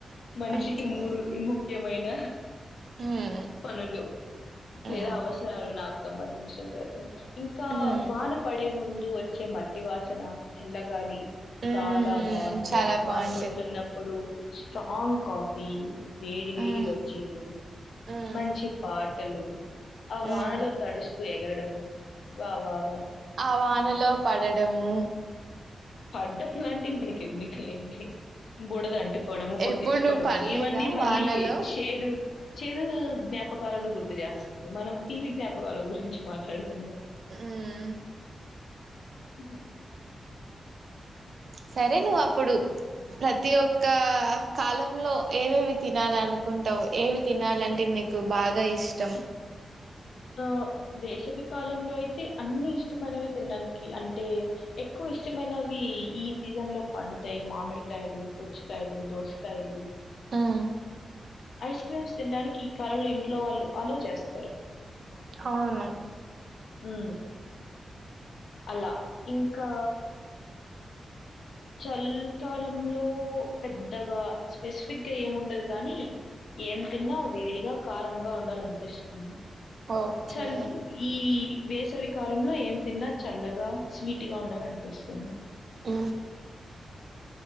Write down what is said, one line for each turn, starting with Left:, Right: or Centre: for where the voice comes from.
Left: మనిషికి
Right: ఓకే
Left: మూడు ముప్ ముఖ్యమైన
Right: మ్మ్
Left: పనులు
Right: మ్మ్
Left: లేదా అవసరాలు నాకు సంబంధించినంత వరకు ఇంకా
Right: మ్మ్
Left: వాన పడే ముందు వచ్చే మట్టి వాసన చల్లగాలి
Right: మ్మ్
Left: చాలా బాగుంటాయి
Right: చాలా
Left: వాన
Right: బాగుంటుంది
Left: పడుతున్నప్పుడు స్ట్రాంగ్ కాఫీ వేడి వేడి
Right: మ్మ్
Left: బజ్జీలు
Right: మ్మ్
Left: మంచి పాటలు ఆ
Right: మ్మ్
Left: వానలో తడుస్తూ ఎగరడము, వా వా వా
Right: ఆ వానలో పడడము
Left: పడ్డం లాంటి మనకి ఎందుకులేండి బుడద అంటుకోవడము కొట్టించుకోవడము
Right: ఎప్పుడు నువ్వు పడలేదా
Left: ఇవన్నీ మళ్ళీ
Right: వానలో
Left: చేదు చేదు జ్ఞాపకాలను గుర్తు జేస్తుంది మనం తీపి జ్ఞాపకాల గురించి మాట్లాడుకుందాం
Right: ఉమ్మ్
Left: <unintelligible> <unintelligible>
Right: సరే నువ్ అప్పుడు ప్రతి ఒక్క కాలంలో ఏవేవి తినాలి అనుకుంటావు ఏవి తినాలంటే న్ నికు బాగా ఇష్టం
Left: <unintelligible> ఆ వేసవికాలంలో అయితే అన్ని ఇష్టమైనవే తినడానికి అంటే ఎక్కువ ఇష్టమైనవి ఈ సీజన్ లో పండుతాయి, మామిడికాయలు, పుచ్చకాయలు, దోసకాయలు,
Right: ఆహ్
Left: ఐస్ క్రీమ్స్ తింటానికి ఈ కాలంలో ఇంట్లో వాళ్ళు అలో చేస్తారు
Right: అవును
Left: ఉ అలా ఇంకా చల్ కాలంలో పెద్దగా స్పెసిఫిక్గా ఏముండదు కానీ ఏం తిన్నా వేడిగా కారంగా ఉండాలనిపిస్తుంది
Right: ఓకే
Left: చల్ ఈ వేసవికాలంలో ఏం తిన్నా చల్లగా స్వీట్ గా ఉండాలనిపిస్తుంది
Right: ఆ